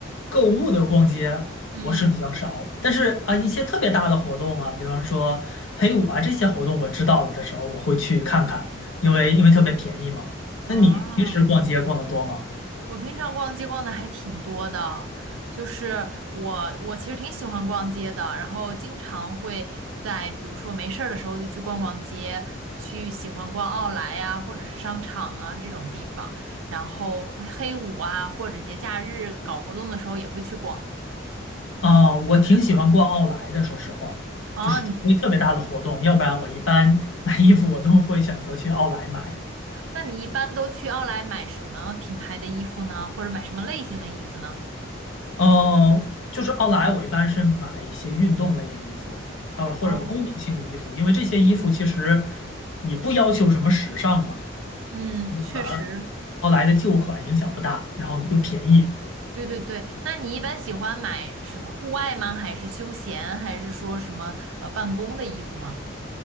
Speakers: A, on the left; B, on the right.
A: 购物的逛街我是比较少，
B: 嗯，
A: 但是啊，一些特别大的活动啊，比方说黑五啊这些活动，我知道了的时候我会去看看，因为因为特别便宜嘛。
B: 啊，
A: 那你平时逛街逛得多吗？
B: 我平常逛街逛的还挺多的，就是我我其实挺喜欢逛街的，然后经常会在比如说没事儿的时候就去逛逛街，去喜欢逛奥莱呀，或者是商场啊这种地方，然后会黑五啊，或者节假日搞活动的时候也会去逛。
A: 啊，我挺喜欢逛奥莱的，说实话，
B: 哦，
A: 就是除非特别大的活动，
B: 你
A: 要不然我一般买衣服我都会选择去奥莱买。
B: 那你一般都去奥莱买什么品牌的衣服呢？或者买什么类型的衣服呢？
A: 嗯，就是奥莱，我一般是买一些运动类的衣服，还有或者功能性的衣服，
B: 哦，
A: 因为这些衣服其实也不要求什么时尚嘛，
B: 嗯，
A: 就反而
B: 确实，
A: 奥莱的旧款影响不大，然后又便宜，
B: 对对对。那你一般喜欢买什么户外吗？还是休闲？还是说什么呃办公的衣服吗？